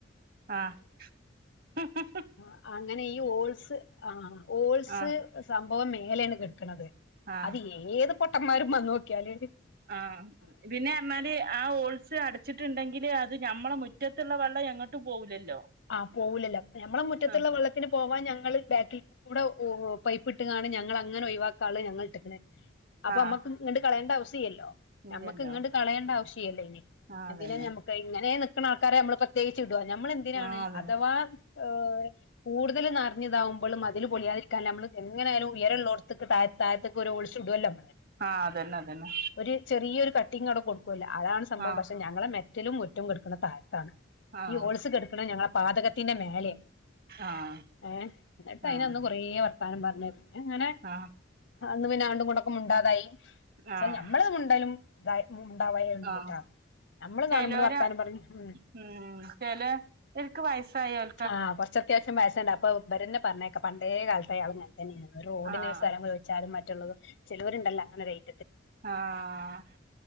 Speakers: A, on the right (about 50°); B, on the left (about 75°).
A: ആഹ് ഹും ഹും
B: ആഹ് അങ്ങനെ ഈ ഓൾസ് ആഹ് ഓൾസ്
A: ആഹ്
B: സംഭവം മേലെണ് കിടക്കണത്
A: ആഹ്
B: അത് ഏത് പൊട്ടന്മാരും മന്നോക്കിയാല്
A: ആഹ് പിന്നെർണാല് ആ ഓൾസ് അട ച്ച്ട്ട്ണ്ട്ങ്കില് അത് ഞമ്മളെ മുറ്റത്ത്ള്ള വെള്ളം എങ്ങട്ടും പോവൂലല്ലോ
B: ആഹ് പോവൂലല്ലോ ഞമ്മളെ മുറ്റത്ത്ള്ള
A: ആഹ്
B: വെള്ളത്തിന് പോവാൻ ഞങ്ങള് ബാക്കിൽക് ഇവിടെ ഓ പൈപ്പിട്ട്കാണ് ഞങ്ങൾ അങ്ങനെ ഒഴിവാക്കാൻള്ള ഞങ്ങൾട്ട്ക്ണ് അപ്പൊ
A: ആഹ്
B: അമ്മക്ക് ഇങ്ങണ്ട് കളയേണ്ട ആവ്‌സ്യല്ലോ
A: ഇല്ലല്ലോ
B: ഞമ്മക്ക് ഇങ്ങണ്ട് കളയേണ്ട ആവശ്യല്ലല്ലോ
A: ആഹ്
B: എന്തിനാ
A: അതന്നെ
B: ഞമ്മ് ക് ഇങ്ങനെ നിക്കണ ആൾക്കാരെ നമ്മള് പ്രത്യേകിച്ച് ഇടോ ഞമ്മള് എന്തിനാണ്
A: ആഹ് അതന്നെ
B: അഥവാ
A: <inaudible>
B: ഏഹ് കൂടുതൽ നർഞ്ഞിതാവുമ്പോള് മതില് പൊളിയാതിരിക്കാൻ ഞമ്മള് എങ്ങനായാലും ഉയരള്ളോട്ത്ത്ക്ക് താഴെത് തായത്ത്ക്ക് ഒരു ഓൾസുവിടുവല്ലോ?
A: ആഹ് അതന്നെ അതന്നെ
B: ഒര്ചെറിയ്യാെരു കട്ടിംങ്ങ് അവ്ടെ കൊടുക്കൊല്ലോ അതാണ് സംഭവം
A: ആഹ്
B: പക്ഷെ ഞങ്ങളെ മെറ്റലും മുറ്റും കെട്ക്ക്ണത് താഴത്താണ്
A: ആഹ്
B: ഈ ഹോൾസ് കെട്ക്കണെ ഞങ്ങളെ പാതകത്തിന്റെ മേലെണ്
A: ആഹ്
B: ഏഹ് ന്നട്ട്
A: ആഹ്
B: അയിനന്ന് കൊറേ വർത്താനം പർഞ്ഞ് പിന്നെ അങ്ങനെ
A: ആഹ്
B: അന്ന് പിന്നെ രണ്ടും കൂടൊക്കെ മുണ്ടാതായി
A: ആഹ്
B: ഷെ ഞമ്മള് മുണ്ടലും ഇതാ ഉംമുണ്ടാവാതെര്ന്ന്ട്ടാ
A: ആഹ്
B: ഞമ്മള്
A: ചെലോര്
B: കാണ്പള് വർത്താനം പറിം ഉം
A: ഉം ചെലെ ഓൽക്ക് വയസ്സായാൽ
B: ആഹ് കൊർച്ച് അത്യാവശ്യം വയസ്ണ്ട് അപ്പൊ ഇവരെന്നെ പർണേക്ക പണ്ടേ കാൽത്തേ അയാള് ഇങ്ങൻതന്നെണ്ന്ന് റോഡിന്
A: ആഹ്
B: സ്ഥലം വേട് ച്ചാലും മറ്റ്ള്ളതും ചെലോര്ണ്ടല്ലാ അങ്ങനെ രയ്
A: ആഹ്